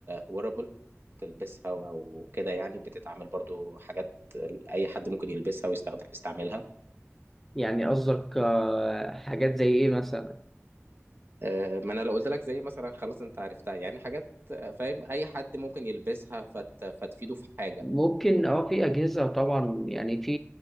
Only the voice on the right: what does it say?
ويرابل تلبسها او كده يعني بتتعامل برضو حاجات اي حد ممكن يلبسها ويستخدم يستعملها
آه، ما انا لو قلت لك زي مثلا خلاص انت عرفتها يعني حاجات آه، فاهم اي حد ممكن يلبسها فت... فتفيده في حاجه